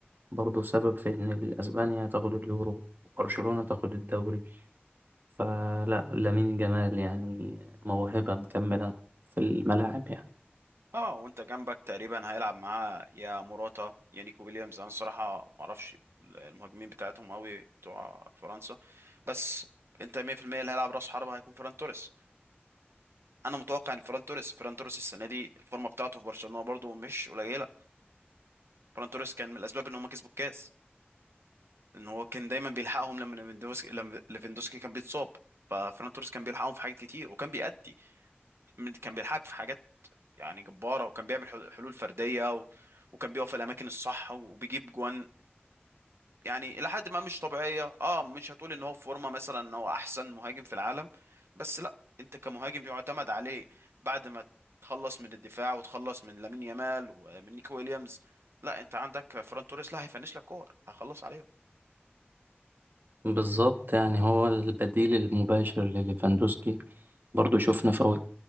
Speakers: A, on the right; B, on the right.
A: برضه سبب في إن أسبانيا تاخد اليورو وبرشلونة تاخد الدوري فلا لامين جمال يعني موهبة مكملة في الملاعب يعني
B: اه وانت جنبك تقريبا هيلعب معاه يا موراتا يا نيكو ويليامز انا الصراحه ما اعرفش المهاجمين بتاعتهم قوي بتوع فرنسا بس انت 100% اللي هيلعب راس حربة هيكون فران توريس انا متوقع ان فران توريس فران توريس السنه دي الفورمه بتاعته في برشلونه برضو مش قليله فران توريس كان من الاسباب ان هم كسبوا الكاس ان هو كان دايما بيلحقهم لما ليفاندوسكي لما ليفاندوسكي كان بيتصاب ففران توريس كان بيلحقهم في حاجات كتير وكان بيأدي كان بيلحقك في حاجات يعني جبارة وكان بيعمل حل- حلول فردية و... وكان بيقف في الأماكن الصح وبيجيب جوان يعني إلى حد ما مش طبيعية اه مش هتقول إن هو في فورمة مثلا إن هو أحسن مهاجم في العالم بس لا أنت كمهاجم يعتمد عليه بعد ما تخلص من الدفاع وتخلص من لامين يامال ومن نيكو ويليامز لا أنت عندك فران توريس لا هيفنش لك كور هيخلص عليهم
A: بالظبط يعني هو البديل المباشر لليفاندوسكي برضو شفنا في أوقات